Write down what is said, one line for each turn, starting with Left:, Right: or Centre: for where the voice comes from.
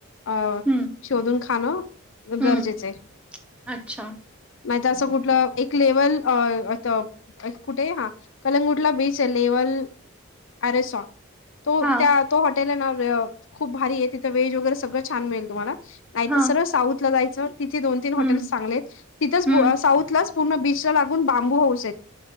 Left: अ
Centre: हं,
Left: शोधून खाणं
Centre: हं.
Left: गरजेचं आहे.
Centre: अच्छा.
Left: तसं कुठलं एक लेवल अं कुठे हा कलंगूटला बीच आहे लेवल अरे सॉ तो
Centre: हां,
Left: त्या तो हॉटेल आहे ना खूप भारी आहे तिथं वेहेज वगैरे सगळं छान मिळेल तुम्हाला नाही
Centre: हां.
Left: तर सरळ साऊथ ला जायचं तिथे दोन तीन हॉटेल्
Centre: हं,
Left: चांगलेत तिथंच
Centre: हं.
Left: साऊथलाच पूर्ण बीच लागून बांबू होऊस आहेत